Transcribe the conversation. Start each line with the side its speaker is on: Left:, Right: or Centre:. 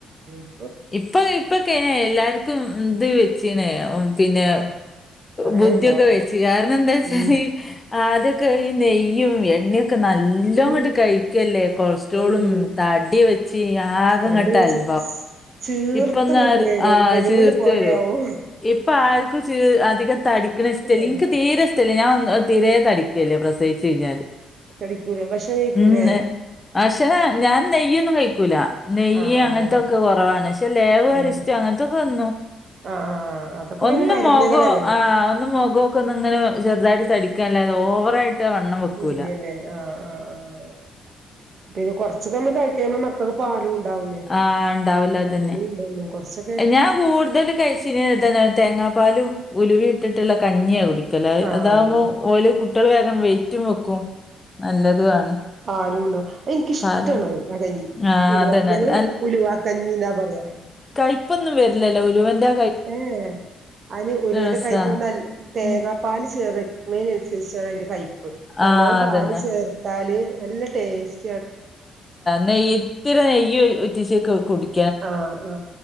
Right: ഉ
Left: ഇപ്പൊ ഇപ്പൊക്കെന എല്ലാർക്കും എന്ത് വെച്ചീന പിന്നെ
Right: ആഹ് പറയാണ്ടോ
Left: ബുദ്ധിയൊക്കെ വെച്ച് കാരണം എന്താ വച്ചാൽ
Right: ഉം
Left: ഈ ആദ്യ നെയ്യും എണ്ണ ക്കെ നല്ല അങ്ങോട്ട്
Right: ഉം
Left: കഴിക്കല്ലേ കൊളസ്ട്രോളും
Right: ഉം
Left: തടിയ വെച്ച് ആകെ
Right: അത്
Left: കെട്ടാലു
Right: വെച്ച് ചീർത്തിങ്ങട്ട്
Left: ഇപ്പന്ന്
Right: വരും
Left: ആ
Right: ബലൂണ്
Left: ചീർത്തരുോ
Right: പോലെയാവും
Left: ഇപ്പ ആർക്കും അധികം തടിക്കണ ഇഷ്ടമല്ല
Right: ഏഹ്
Left: എനിക്ക് തീരെ ഇഷ്ടമല്ലേ ഞാൻ തീരെേ തടിക്കുകല്ലേ പ്രസവിച്ചു കഴിഞ്ഞാല്
Right: തടിക്കൂര ഭഷിക്കൂര
Left: ഉം പക്ഷെ ഞാൻ നെയ്യൊന്നും കഴിക്കൂല നെയ്യ
Right: ആഹ്
Left: അങ്ങനത്തൊക്കെ കുറവാണ് പക്ഷ ലേവ
Right: ഉം
Left: അരിച്ചറ്റ് അങ്ങനത്തൊക്കെ വന്നു
Right: ആഹ് അതൊക്കെ
Left: ഒന്നും
Right: പിന്നെ മരുന്നുകളല്ലേ
Left: മഖോ ആ ഒന്ന മോഖോ ഒക്കെ ഇങ്ങനെ അതായിട്ട് തടിക്ക ഓവറായിട്ട് വണ്ണം വെക്കൂല.
Right: ഇല്ലല്ലേ ആഹ ആഹ ആഹ് പി കൊറച്ച കമ്മൾ കഴിക്കുമ്പൾ മക്കൾക്ക് പാലും ഉണ്ടാവുന്നേ
Left: ആ ഇണ്ടാവില്ല അതന്നെ.
Right: അങ്ങനെണ്ടന്ന കൊറച്ച
Left: ഞാൻ കൂടുതൽ കഴശിന തേങ്ങാപ്പാലും ഉലുവി ഇട്ടിട്ടുള്ള കഞ്ഞിയ കുടിക്കും ല
Right: ആഹ്
Left: അതാകുമ്പോ ഓല കുട്ടികള് വേഗം വെറ്റും വെക്കും നല്ലതും ആണ്
Right: ആആരുംണ്ട എനിക്കിഷ്ടമാണ്
Left: പാല്.
Right: അതങ്ങി
Left: ആ
Right: ഒരു
Left: അതന്നെ നല്ല
Right: ഞങ്ങള് ഉലുവാ കഞ്ഞിലാ പറയാ
Left: ഇപ്പൊന്നും വരില്ലോ ഉലുവൻന്റെ
Right: ഏ അന് ഉരുവൻ
Left: രസാ.
Right: കഴിച്ച തേങ്ങാപ്പാൽ
Left: ഉം.
Right: ചേർ ചമേനനുസരിച്ചാണ് അതിന്റെ കയപ്പ് നല്ലോണം
Left: ആ അതന്നെ
Right: പാല് ചേർത്താല് നല്ല ടേസ്റ്റ്
Left: നെയ്യ് ഇത്തിരി നെയ്യ് ഉറ്റച്ചേക്ക് കുടിക്ക
Right: ആ ആ